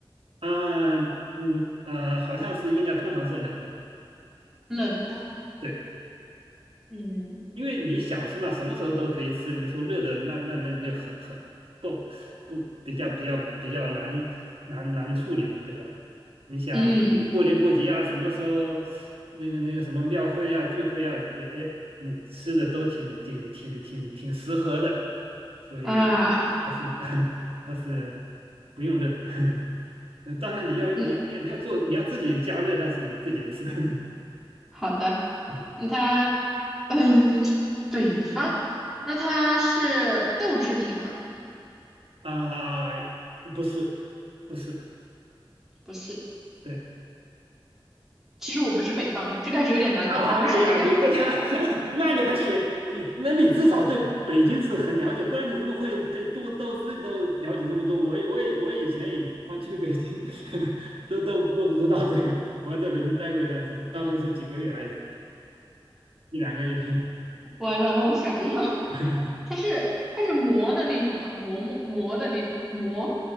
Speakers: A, on the right; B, in the centre.
A: 啊，嗯，呃，好像是应该通常是冷的，
B: 冷的。
A: 对。
B: 嗯
A: 因为你小吃嘛，什么时候都可以吃。你说热的，那那那就很很不不比较比较比较难难难处理嘛，对吧？你想过年过节啊，
B: 嗯
A: 什么时候那个那个什么庙会啊、聚会啊，呃，嗯，吃的都挺挺挺挺挺适合的，所以
B: 啊，
A: 它是 <laughs> 它是不用热的。<laughs> 嗯，当然你要你要你要你要做你要自己加热，
B: 那
A: 那是你自己的事。<laughs>
B: 好的，
A: 嗯
B: 那它，嗯，北方，那它是豆制品吗？
A: 啊，不是不是。
B: 不是，
A: 对，
B: 其实我不是北方人，这个还是有点难的，
A: 哎呀，
B: 让我想一下。
A: 你这个，<laughs> 那你还选你？那你至少对北京市很了解，不然你怎么会对都都市都了解这么多？我也我也我以前也经常去北京，<laughs> 都都都不知道这个。我还在北京待过一段时间，当然是几个月而已，一两个月。
B: 完了，让我想一下，<laughs>
A: <laughs>
B: 它是它是馍的那种嘛？馍馍馍的那种馍，